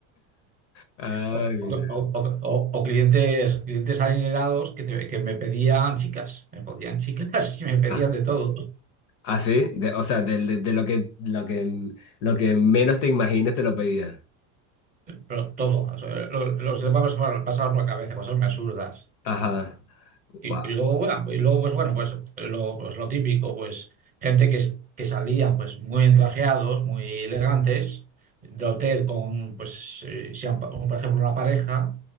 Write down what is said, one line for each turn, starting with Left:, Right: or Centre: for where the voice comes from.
Left: Ay,
Right: O,
Left: mira.
Right: o- o- o- o clientes, clientes adinerados que, te- que me pedían chicas, me podían chicas <laughs> y me pedían
Left: Ah,
Right: de todo,
Left: ah, sí, de- o sea, de, de- de lo que, lo que, lo que menos te imagines te lo pedía.
Right: pero todo, o sea, lo- los demás pasar por la cabeza, cosas muy absurdas.
Left: Ajá,
Right: Y,
Left: guau,
Right: y luego, bueno, y luego, pues bueno, pues lo, pues lo típico, pues gente que, s- que salían pues muy entrajeados, muy elegantes, de hotel con, pues, eh, si han- por ejemplo, una pareja